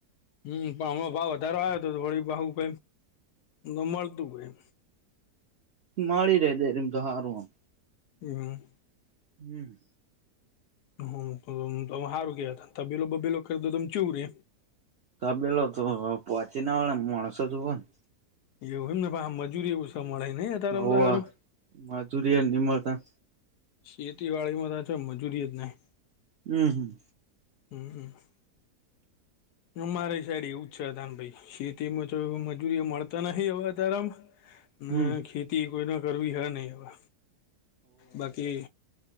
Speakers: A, on the left; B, on the right.
A: હમ પણ હમણા ભાવ વધારો આવ હતો થોડી ભાવ ક. ન મળતું હોય.
B: માડી રે દે એમ તો હારુંમ.
A: હમ.
B: હમ.
A: હ સારું કેવા તબેલો બભેલો કરી દો તમ ચીવ રે.
B: ત બેેલો તો પંચી ના માણસો જુ હો ને.
A: એવું એમને ભ મજૂરી એવું સ મળે નહ અત્યારેમ
B: હોવ
A: તો સારું.
B: મજૂરી એ નિમળતા
A: શેતીવાડી માં તો છે મજૂરી જ નહી.
B: હમ હમ.
A: હમ હ. અમારે સાઈડ એવું જ છે અદાન ભાઈ શેતીમાં તો મજૂરી મળતા નહ હવે તારામાં. ના
B: હમ
A: ખેતી કોઈ ના કરવી હે નહી હવે. બાકી